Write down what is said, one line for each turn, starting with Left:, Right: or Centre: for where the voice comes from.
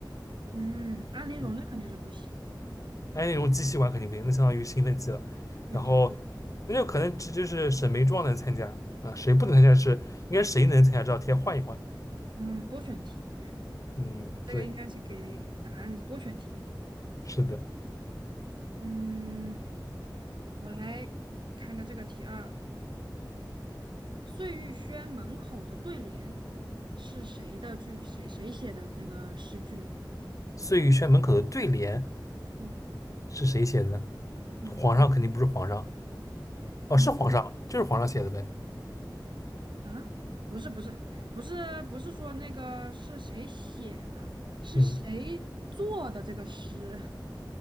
Right: 嗯，安陵容那肯定是不行。
Left: 嗯。哎，那种机器玩肯定不行，那相当于兴奋剂了。
Right: 对对，
Left: 然后那就可能这就是沈眉庄能参加啊，谁不能参加是应该谁能参加这道题换一换。
Right: 嗯，多选题，
Left: 嗯，
Right: 这个应该是给答案是多选题。
Left: 对，是的。
Right: 嗯，我来看个这个题啊，碎玉轩门口的对联是谁的句？谁谁写的那个诗句？
Left: 碎玉轩门口的对联
Right: 嗯
Left: 是谁写的呢？
Right: 嗯，
Left: 皇上肯定不是皇上，哦，
Right: 那
Left: 是皇上，就是皇上写的呗。
Right: 啊，不是不是不是不是说那个是谁写的，是谁做的这个诗？
Left: 嗯，